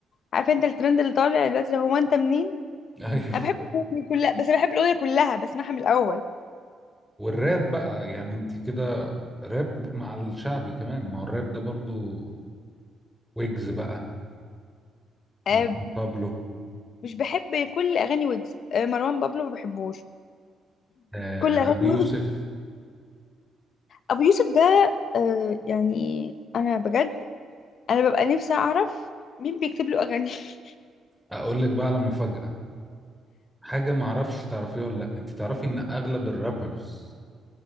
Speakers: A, on the left; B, in the centre.
A: عارفه انت الترند اللي طالع دلوقتي اللي هو انت منين
B: <laughs> ايوه
A: انا بحب الاغنيه دي كلها بس انا بحب الاغنيه كلها بسمعها من الاول
B: والراب بقى يعني انت كده راب مع الشعبي كمان ما هو الراب ده برضو ويجز بقى
A: آه،
B: مروان بابلو
A: مش بحب كل اغاني ويجز آه، مروان بابلو ما بحبوش
B: آه
A: كل اغاني
B: ابي
A: ويجز
B: يوسف
A: ابو يوسف ده آه، يعني انا بجد انا ببقى نفسي اعرف مين بيكتب له اغاني <laughs>
B: اقول لك بقى على مفاجأة حاجة معرفش تعرفيها ولا لأ انت تعرفي ان اغلب الرابرز